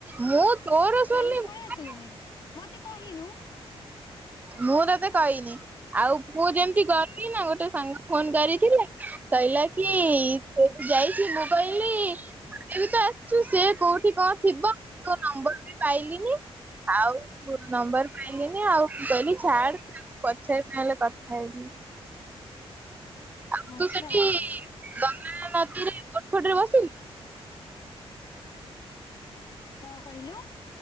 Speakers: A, on the right; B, on the left.
A: ମୁଁ ତୋର ସରିଲ
B: ଯାଇଁକି ପଳେଇ
A: ମାନେ
B: ଆସିଲୁନି। ମତେ କହିନୁ
A: ମୁଁ ତତେ କହିନି ଆଉ ମୁଁ ଯେମିତି ଗଲି ନା ଗୋଟେ ସାଙ୍ଗ ଫୋନ କରିଥିଲା ସଇଲା କି ସେ ଯାଇଛି ମୁଁ କଇଲି ମତେ ବି ତ ଆସିଛୁ ସେ କୋଉଠି କଣ ଥିବ ତୋ ନମ୍ବର ବି ପାଇଲିନି। ଆଉ ଫୋନ ନମ୍ବର ପାଇଲିନି ଆଉ। କହିଲି ଛାଡ ତାକୁ ପଛର ନ ହେଲେ କଥା ହେଇ ଆଉ
B: ଆଚ୍ଛା।
A: ତୁ ସେଠି ଗଙ୍ଗା ନଦୀରେ ବୋଟ ଫୋଟ ରେ ବସିଲୁ?
B: କଣ କହିଲୁ?